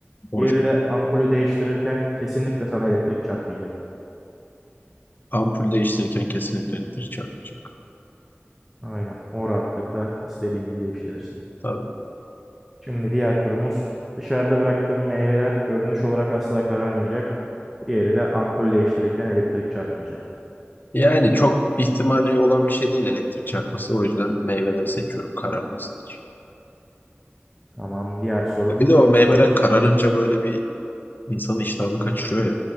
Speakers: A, on the left (about 45°); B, in the centre.
A: Boş.
B: Diğeri de ampulü değiştirirken kesinlikle sana elektrik çarpmayacak.
A: Ampul değiştirirken kesinlikle elektrik çarpmayacak.
B: Aynen. O rahatlıkla istediğin gibi değiştirirsin.
A: Tabii.
B: Şimdi diğer turumuz dışarıda bıraktığım meyveler görünüş olarak asla kararmayacak. Diğeri de ampul değiştirirken elektrik çarpmayacak.
A: Yani çok ihtimali olan bir şey değil elektrik çarpması. O yüzden meyveleri seçiyorum kararmasın için.
B: Tamam. Diğer sorum
A: E Bir de o meyveler
B: otobüs.
A: kararınca böyle bir insanın iştahını kaçırıyor ya.